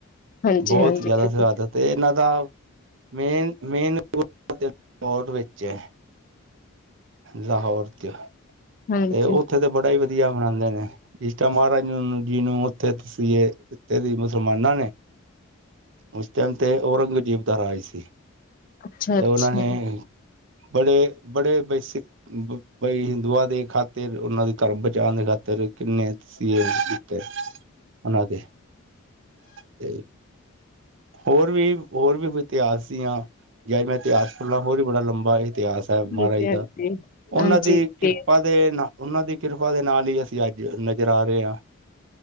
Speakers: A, on the left; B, on the right.
A: ਹਾਂਜੀ
B: ਬੋਤ
A: ਹਾਂਜੀ
B: ਈ ਜਿਆਦਾ
A: ਬਿਲਕੁਲ
B: ਸਦਾਦਤ ਏ। ਏਨਾਂ ਦਾ ਮੇਨ, ਮੇਨ <unintelligible> ਵਿੱਚ ਐ। ਲਾਹੌਰ ਤੇ ਆ
A: ਹਾਂਜੀ
B: ਤੇ ਓਥੇ ਤੇ ਬੜਾ ਈ ਵਧੀਆ ਮਨਾਂਦੇ ਨੇ। ਜਿਸ ਟੈਮ ਮਾਹਰਾਜ ਨੀਂਨੂੰ ਜੀ ਨੂੰ ਓਥੇ ਤਸੀਏ ਦਿੱਤੇ ਸੀ ਮੁਸਲਮਾਨਾਂ ਨੇ, ਉਸ ਟੈਮ ਤੇ ਔਰੰਗ ਦੇ ਜੇਬ ਦਾ ਰਾਜ ਸੀ।
A: ਅੱਛਾ
B: ਤੇ
A: ਅੱਛਾ
B: ਓਨਾਂ ਨੇ ਬੜੇ, ਬੜੇ ਬਈ ਸਿੱਖ ਬ ਬਈ ਹਿੰਦੂਆਂ ਦੇ ਖਾਤਿਰ ਓਨਾਂ ਦੇ ਧਰਮ ਬਚਾਨ ਦੇ ਖਾਤਰ ਕਿੰਨੇ ਤਸੀਏ ਤੇ ਓਨਾਂ ਦੇ ਤੇ ਹੋਰ ਵੀ, ਹੋਰ ਵੀ ਬ ਇਤਿਹਾਸ ਦੀਆਂ ਜੱਦ ਮੈਂ ਇਤਿਹਾਸ ਖੁੱਲਾਂ ਹੋਰ ਵੀ ਬੜਾ ਲੰਬਾ ਇਤਿਹਾਸ ਐ
A: ਹਾਂਜੀ
B: ਮਾਹਰਾਜ ਜੀ
A: ਹਾਂਜੀ
B: ਦਾ। ਓਨਾਂ
A: ਹਾਂਜੀ
B: ਦੀ ਕਿਰ
A: ਤੇ
B: ਅਦੇ ਨਾਲ, ਉਹਨਾਂ ਦੀ ਕਿਰਪਾ ਦੇ ਨਾਲ ਈ ਅਸੀਂ ਅੱਜ ਨਜ਼ਰ ਆ ਰਏ ਆਂ।